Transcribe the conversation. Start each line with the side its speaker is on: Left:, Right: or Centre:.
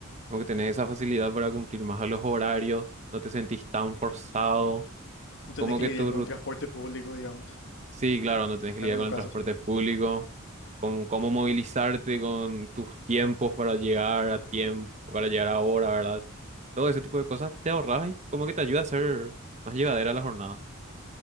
Right: Como que tenés esa facilidad para cumplir más a los horarios, no te sentís tan forzado,
Left: no tenés
Right: como
Left: que
Right: que
Left: lidiar
Right: tu
Left: con
Right: rutina...
Left: el transporte público, digamos,
Right: Sí, claro, no tenés que
Left: en
Right: lidiar
Left: algunos
Right: con
Left: casos.
Right: el transporte público, con cómo movilizarte, con tus tiempos para llegar a tiempo, para llegar a hora, ¿verdad? Todo ese tipo de cosas te ahorras y como que te ayuda a ser más llevadera la jornada.